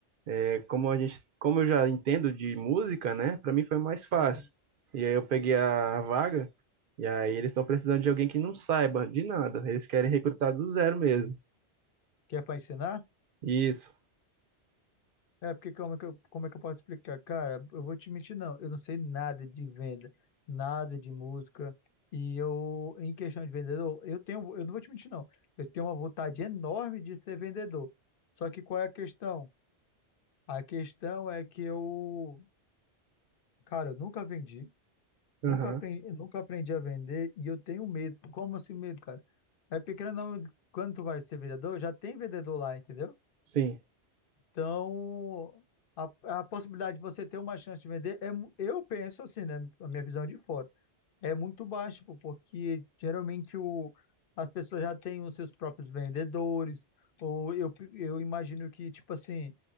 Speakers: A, on the right; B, on the left.
A: É Como a gente, como eu já entendo de música, né? Para mim foi mais fácil.
B: Uhum.
A: E aí eu peguei a vaga e aí eles estão precisando de alguém que não saiba de nada. Eles querem recrutar do zero mesmo.
B: Que é pra ensinar?
A: Isso.
B: É, porque como é que eu, como é que eu posso explicar? Cara, eu vou te mentir, não. Eu não sei nada de venda, nada de música. E eu, em questão de vendedor, eu tenho, eu não vou te mentir, não. Eu tenho uma vontade enorme de ser vendedor. Só que qual é a questão? A questão é que eu, cara, eu nunca vendi. Nunca
A: Aham.
B: aprendi, nunca aprendi a vender e eu tenho medo. Como assim medo, cara? É porque querendo ou não, quando tu vai ser vendedor, já tem vendedor lá, entendeu?
A: Sim.
B: Então, a, a possibilidade de você ter uma chance de vender, é, mu- eu penso assim, né? A minha visão é de fora, é muito baixa, pô, porque geralmente o, as pessoas já têm os seus próprios vendedores, ou eu, eu imagino que, tipo assim,